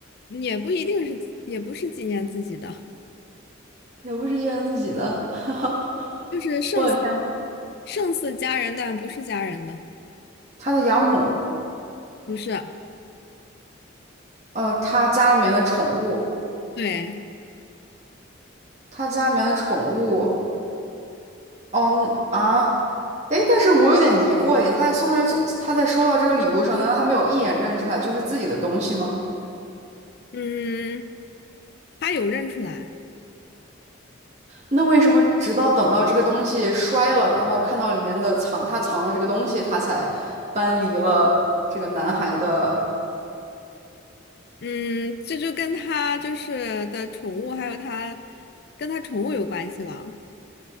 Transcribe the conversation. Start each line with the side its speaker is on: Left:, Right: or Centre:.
Left: 也不一定是，也不是纪念自己的，
Right: 也不是纪念自己的。<laughs>
Left: 就是胜似
Right: 我的天呐，
Left: 胜似家人，但不是家人的，
Right: 他的养母，
Left: 不是，
Right: 呃，他家里面的宠物，
Left: 对。
Right: 他家里面的宠物，哦嗯啊。诶，但是我有点疑惑耶，他在送在这，他在收到这个礼物的时候，难道他没有一眼认出来就是自己的东西吗？
Left: 嗯，他有认出来，
Right: 那为什么直到等到这个东西摔了，然后看到里面的藏他藏的这个东西，他才搬离了这个男孩的，
Left: 嗯，这就跟他就是的宠物，还有他跟他宠物有关系了。